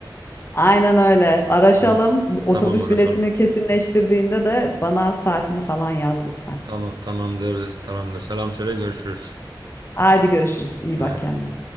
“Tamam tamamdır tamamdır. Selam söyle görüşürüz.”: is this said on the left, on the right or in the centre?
Right